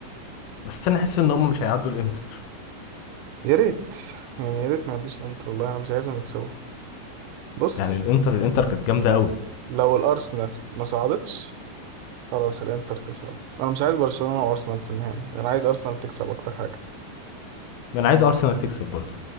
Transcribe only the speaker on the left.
بس انا حاسس ان هم مش هيعدوا الانتر
يعني الانتر الانتر كانت جامده قوي
ما انا عايز ارسنال تكسب برضه